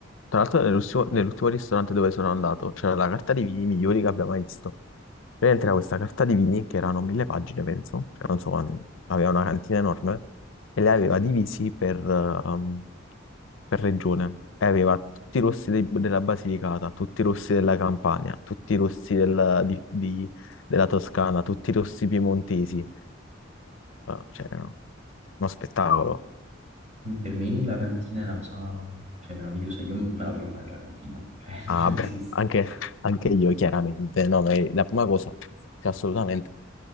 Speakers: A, on the left; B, on the right.
A: Tra l'altro nell'ultimo nell'ultimo ristorante dove sono andato c'era la carta dei vini migliori che abbia mai visto. Praticamente era questa carta di vini che erano mille pagine, penso, cioè non so, quan- aveva una cantina enorme e le aveva divisi per, ehm, per regione. E aveva tutti i rossi dei- della Basilicata, tutti i rossi della Campania, tutti i rossi del- di- di- della Toscana, tutti i rossi piemontesi. Eh, cioè, uno spettacolo.
B: Per me la cantina è una cosa, cioè, meravigliosa. Io me la voglio fare la cantina, <laughs> cioè,
A: Ah,
B: non
A: beh,
B: esiste.
A: anche, anche io chiaramente, no, ma è la prima cosa, cioè, assolutamente,